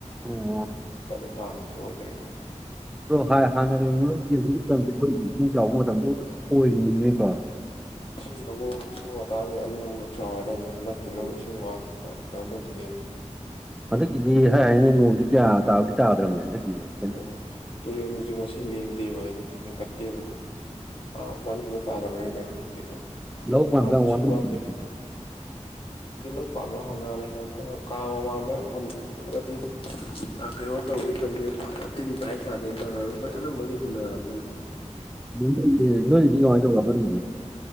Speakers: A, in the centre; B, on the left.
A: ꯑꯣ
B: ꯌꯥꯝ ꯀꯟꯅ ꯇꯥꯕꯗꯤ ꯑꯣꯏꯗ꯭ꯔꯦꯕꯥ
A: ꯑꯗꯣ ꯍꯥꯟꯅꯒꯥ ꯌꯦꯡꯎꯔꯒꯗꯤ ꯍꯧꯖꯤꯛꯀꯤ ꯃꯇꯝꯗꯤ ꯑꯩꯈꯣꯏꯒꯤ ꯏꯁꯤꯡ ꯆꯥꯎꯕ ꯃꯇꯝꯗꯣ ꯑꯣꯏꯔꯤꯅꯤꯅꯦꯀꯣ
B: ꯏꯁꯤꯡ ꯑꯃꯨꯛ ꯑꯁꯤꯒꯤ ꯃꯇꯥꯡ ꯁꯤꯗꯥ ꯑꯅꯤ ꯑꯍꯨꯝꯂꯛ ꯆꯥꯎꯔꯝꯃꯤ ꯍꯟꯗꯛꯀꯤ ꯅ ꯏꯁꯤꯡ ꯋꯥꯠ ꯑꯣ ꯑꯥꯟ ꯇꯧꯗꯣꯏꯅꯦꯕ
A: ꯍꯟꯗꯛꯀꯤꯗꯤ ꯍꯥꯏ ꯍꯥꯏꯅꯤ ꯅꯣꯡꯁꯦ ꯀꯌꯥ ꯇꯥꯕꯨꯗꯤ ꯇꯥꯗ꯭ꯔꯕꯅꯦ ꯍꯟꯗꯛꯀꯤꯁꯤ
B: ꯎꯝ ꯍꯥꯏꯗꯤ ꯇꯨꯔꯦꯟꯒꯁꯤ ꯃꯁꯤ ꯂꯦꯡꯗꯦꯕ ꯍꯥꯏꯗꯤ ꯍꯦꯟꯀꯠꯇꯦꯕ ꯑꯗꯨꯝ <unintelligible>
A: <unintelligible>
B: ꯍꯥꯟꯅꯗꯤ ꯏꯁꯤꯡ ꯋꯥꯠꯂꯤ ꯍꯧꯖꯤꯛ ꯄꯥꯟꯕ ꯍꯧꯅꯔꯦ ꯀꯩꯅ ꯇꯧꯔ ꯀꯥꯡ ꯃꯃꯥꯡꯗ ꯍꯨꯟꯗꯔ꯭ꯒꯗꯤ ꯀꯩꯅꯣ ꯇꯧꯒꯦ ꯇꯧꯅꯦ ꯇꯤꯟ ꯇꯥꯏ ꯇꯥꯗꯦ ꯑꯅꯝꯕꯗꯤ ꯈꯨꯨꯟꯔꯝꯗꯣꯏꯁꯤ
A: <unintelligible>